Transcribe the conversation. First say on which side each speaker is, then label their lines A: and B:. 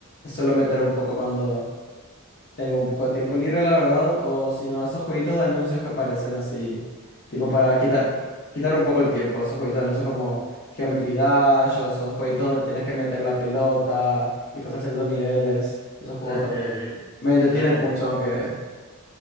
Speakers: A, on the left; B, on the left.
A: suelo meter un poco cuando tengo un poco de tiempo libre, la verdad, o si no, esos jueguitos de anuncios que aparecen así, tipo para quitar, quitar un poco el tiempo, esos jueguitos de anuncios como Geometry Dash, o esos jueguitos donde tienes que meter la pelota y pasar ciertos niveles, esos juegos
B: Ok,
A: también.
B: ok.
A: Me entretienen
B: <laughs> Ah, ya.
A: mucho, aunque,